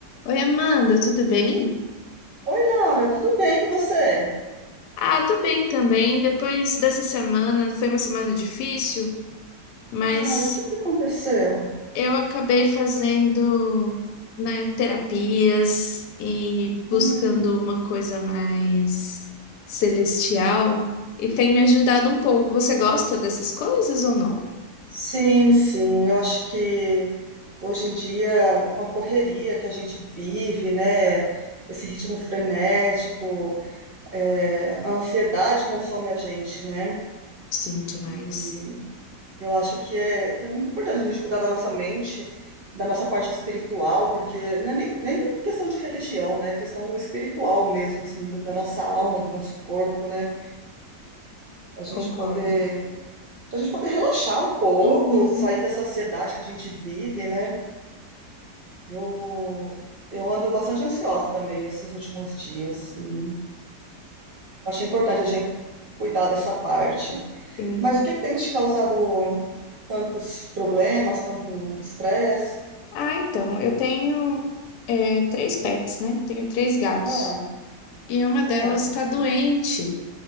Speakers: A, on the left (about 75°); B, on the right (about 60°).
A: Oi, Amanda, tudo bem?
B: Oi, Laura, tudo bem? E você?
A: Ah, tô bem também. Depois dessa semana, foi uma semana difícil, mas
B: Ah, o que que aconteceu?
A: eu acabei fazendo, né, terapias e buscando
B: Hum,
A: uma coisa mais celestial e tem me ajudado um pouco. Você gosta dessas coisas ou não?
B: sim, sim, eu acho que hoje em dia, com a correria que a gente vive, né? Esse ritmo frenético, é, a ansiedade consome a gente, né?
A: Sim, demais.
B: E eu acho que é, que é muito importante a gente cuidar da nossa mente, da nossa parte espiritual, porque não é nem, nem questão de religião, né? É questão espiritual mesmo, assim, da da nossa alma, do nosso corpo, né? Pra gente
A: Concordo.
B: poder, pra gente poder relaxar um pouco,
A: Uhum.
B: sair da sociedade que a gente vive, né? Eu, eu ando bastante ansiosa também esses últimos dias. E achei importante a gente cuidar dessa parte.
A: Sim.
B: Mas o que que tem te causado tantos problemas, tanto estresse?
A: Ah, então, eu tenho é, três pets, né? Tenho três gatos.
B: Ah,
A: E uma delas
B: ah,
A: está doente.